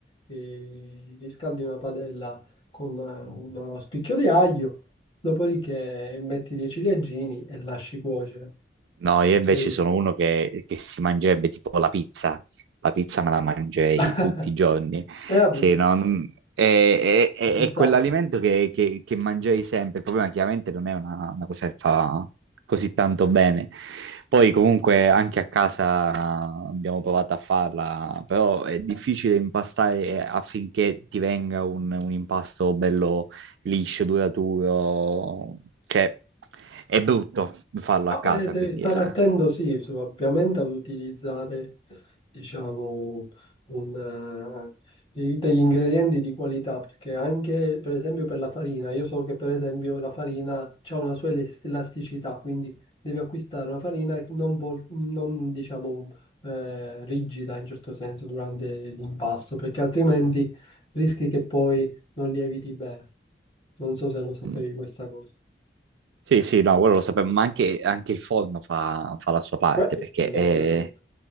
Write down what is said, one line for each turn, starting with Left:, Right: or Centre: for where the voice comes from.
Left: e riscaldi una padella con eh, uno spicchio di aglio, dopodiché metti dei ciliegini e lasci cuocere.
Right: No, io
Left: E
Right: invece
Left: poi...
Right: sono uno che, che si mangerebbe tipo la pizza. La pizza me la mangerei
Left: <laughs>
Right: tutti i giorni.
Left: E vabbè,
Right: Sì, no, non- è, è- è-
Left: pizzata.
Right: è quell'alimento che, che, che mangerei sempre. Il problema chiaramente non è una, una cosa che fa così tanto bene. Poi comunque anche a casa abbiamo provato a farla, però è difficile impastare eh, affinché ti venga un, un impasto liscio, duraturo, cioè è brutto farlo
Left: No,
Right: a casa,
Left: eh, devi
Right: quindi
Left: stare
Right: eh,
Left: attento, sì, su- ovviamente ad utilizzare, diciamo, un, eh, i- degli ingredienti di qualità, perché anche, per esempio, per la farina, io so che, per esempio, la farina ha una sua elas- elasticità, quindi devi acquistare una farina non, vol- non, diciamo, eh, rigida in certo senso durante l'impasto, perché altrimenti rischi che poi non lieviti bene. Non so se lo sapevi
Right: mm,
Left: questa cosa.
Right: Sì, sì, no, quello lo sapevo, ma anche, anche il forno fa, fa la sua parte,
Left: Beh,
Right: perché
Left: quello
Right: eh,
Left: ovviamente.